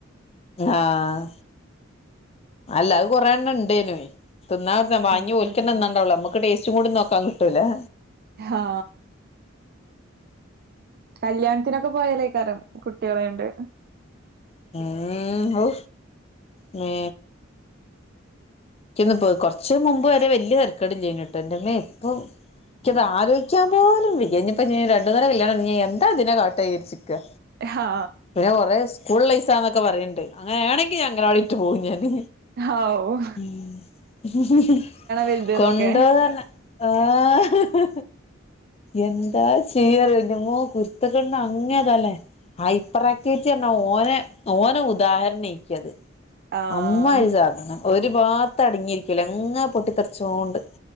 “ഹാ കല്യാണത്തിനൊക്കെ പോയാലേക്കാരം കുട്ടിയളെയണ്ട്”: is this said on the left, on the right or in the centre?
Right